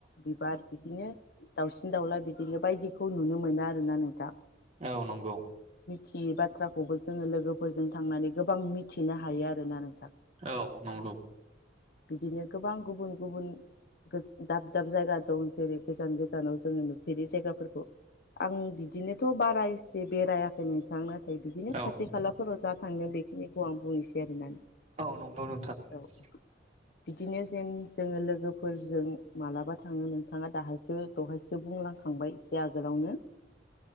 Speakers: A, on the left; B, on the right.
A: बिबार बिदिनो दाउसिन दाउला बिदिनो बायदिखौ नुनो मोनो आरोना नोंथा ।
B: औ नंगौ ।
A: थि बाथ्राखौबो जोङो लोगोफोरजों थांनानै गोबां मिथिनो हायो आरोना नोंथां ।
B: औ नंगौ ।
A: बिदिनो गोबां गुबुन गुबुन दाब दाब जायगा दं जेरै गोजान गोजानाव जोङो नुफेरि जायगाफोरखौ आं बिदिनोथ' बारा एसे बेरायाखैनो थां नाथाय बिदिनो
B: औ
A: खाथि खालाफोराव जा थांदों बेखिनिखौ आं बुंनोसै आरोना।
B: औ नोंगौ नोंथां ।
A: औ बिदिनो जेन जोङो लोगोफोरजों मालाबा थाङो नोंथाङा दाहायसो दहायसो बुंलांखांबाय एसे आगोलावनो